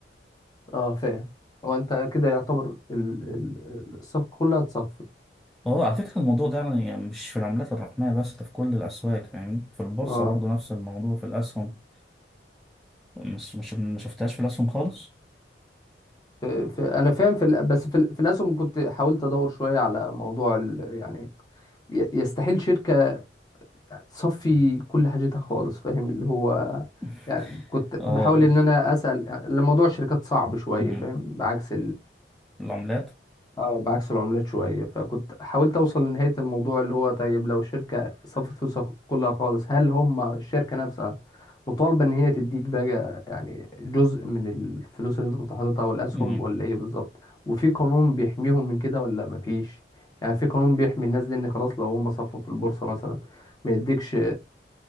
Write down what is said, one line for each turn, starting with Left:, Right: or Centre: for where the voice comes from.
Left: اه فاهم هو انت كده يعتبر ال... ال... الصفقة كلها اتصفت
Centre: هو على فكرة الموضوع ده يعني مش في العملات الرقمية بس ده في كل الأسواق فاهمني في البورصة
Left: اه
Centre: برضو نفس الموضوع في الأسهم مش مش ما شفتهاش في الأسهم خالص
Left: في... في... انا فاهم في ال... بس في, ال... في الاسهم كنت حاولت ادور شوية على موضوع ال... يعني ي- يستحيل شركة يعني تصفي كل حاجتها خالص فاهم اللي هو
Centre: <laughs>
Left: يعني كنت
Centre: اه
Left: بحاول ان انا اسال الموضوع الشركات صعب شويه
Centre: أمم.
Left: فاهم بعكس
Centre: العملات
Left: اه بعكس العملات شوية فكنت حاولت أوصل لنهاية الموضوع اللي هو طيب لو الشركة صفت فلوسها كلها خالص هل هم الشركة نفسها مطالبة إن هي تديك بقى يعني جزء من الفلوس اللي أنت كنت حاططها أو الأسهم
Centre: أمم.
Left: ولا إيه بالظبط وفي قانون بيحميهم من كده ولا مفيش يعني في قانون بيحمي الناس دي إن خلاص لو هم صفوا في البورصة مثلا ما يديكش آه،